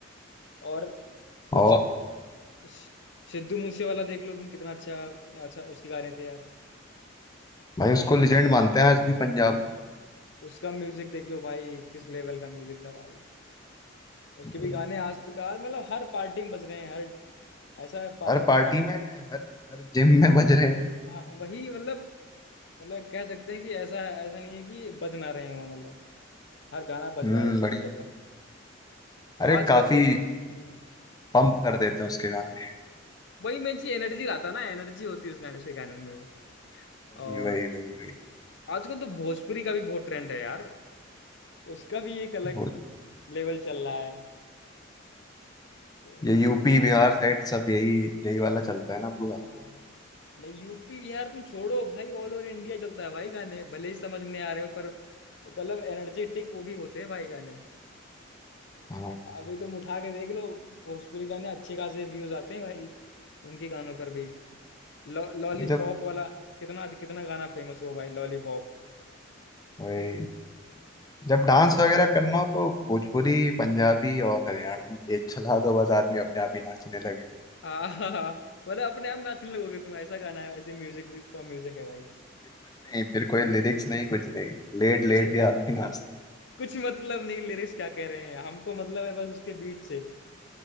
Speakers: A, on the left; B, on the left.
A: और कुछ
B: और
A: स- सिद्धू मूसे वाला देख लो तुम कितना अच्छा अच्छा उसके गाने थे यार
B: भाई उसको लेजेंड मानते हैं आज भी पंजाब
A: उसका म्यूजिक देख लो भाई किस लेवल का म्यूजिक था भाई उसके
B: में
A: भी गाने आज तक आज मतलब हर पार्टी में बज रहे हैं हर ऐसा पार्टी
B: हर पार्टी
A: मतलब,
B: में हर हर जिम में बज रहे हैं
A: हाँ वही मतलब मतलब कह सकते हैं कि ऐसा ऐसा नहीं है कि बज ना रहे हों मतलब हर गाना बज
B: हम्म
A: रहा है उसको
B: बढ़िया
A: सुन रहे हैं।
B: अरे
A: और आजकल
B: काफी
A: तो हम्म,
B: पंप कर देते हैं उसके गाने
A: वही मेन चीज एनर्जी लाता है ना एनर्जी होती है उस गाने से गाने में
B: वही
A: और
B: वही वही वही
A: आजकल तो भोजपुरी का भी बहुत ट्रेंड है यार उसका भी एक अलग
B: वो
A: लेवल चल रहा है तो,
B: ये यूपी बिहार साइड सब यही यही वाला चलता है ना पूरा
A: हाँ नहीं यूपी बिहार तुम छोड़ो भाई ऑल ओवर इंडिया चलता है भाई गाने भले ही समझ में आ रहे हो पर मतलब एनर्जेटिक वो भी होते हैं भाई गाने
B: हाँ
A: अभी तुम उठा के देख लो भोजपुरी गाने अच्छे खासे व्यूज आते हैं भाई उनके गानों पर भी लॉ लॉलीपॉप
B: जब
A: वाला कितना कितना गाना फेमस हुआ भाई लॉलीपॉप
B: वही जब डांस वगैरह करना हो तो भोजपुरी पंजाबी
A: हाँ
B: और हरियाणवी ये चला दो बस आदमी अपने आप ही नाचने लगे
A: <laughs> आहा, मतलब अपने आप नाचने लगोगे तुम ऐसा गाना है ऐसे म्यूजिक भी तो म्यूजिक है भाई
B: फिर कुछ नहीं फिर कोई लिरिक्स नहीं कुछ नहीं लेट
A: कुछ
B: लेट के आदमी नाचता
A: कुछ मतलब नहीं लिरिक्स क्या कह रहे हैं हमको मतलब है बस उसके बीट से